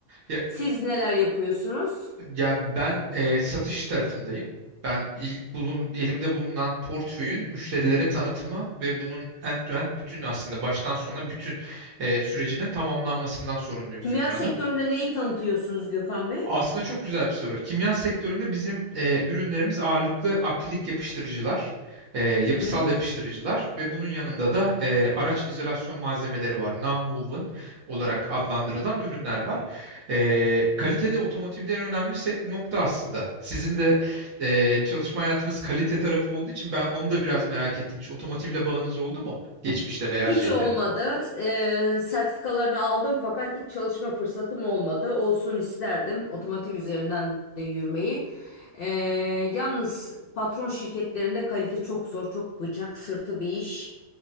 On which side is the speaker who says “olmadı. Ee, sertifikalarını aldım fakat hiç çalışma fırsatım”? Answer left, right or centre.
Left